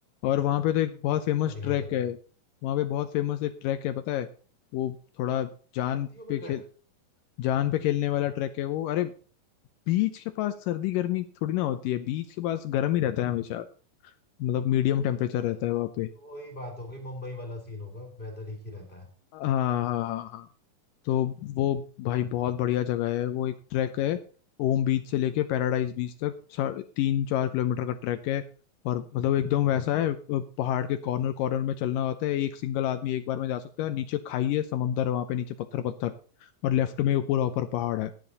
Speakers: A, on the left (about 80°); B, on the left (about 15°).
A: और वहाँ पे तो एक बहुत
B: सर्दी
A: फेमस
B: में क्या दिखाई
A: ट्रैक
B: देगा
A: है वहाँ पे बहुत फेमस एक ट्रैक है पता है वो थोड़ा जान
B: सर्दियों में
A: पे
B: ट्रैक
A: खेल जान पे खेलने वाला ट्रैक है वो अरे बीच के पास सर्दी गर्मी थोड़ी ना होती है बीच के पास गर्म ही रहता है हमेशा मतलब मीडियम
B: अच्छा
A: टेम्परेचर
B: अ,
A: रहता है वहाँ पे
B: वही बात हो गई मुंबई वाला सीन होगा वेदर एक ही रहता है
A: हाँ हाँ हाँ हाँ तो वो भाई बहुत बढ़िया जगह है वो एक ट्रैक है ओम बीच से लेके पैराडाइज बीच तक सा- तीन चार किलोमीटर का ट्रैक है और मतलब एकदम वैसा है अ, पहाड़ के कॉर्नर कॉर्नर में चलना होता है एक सिंगल आदमी एक बार में जा सकता है नीचे खाई है समंदर है वहाँ पे नीचे पत्थर पत्थर और लेफ्ट में वो पूरा ऊपर
B: अरे बाप
A: पहाड़
B: रे
A: है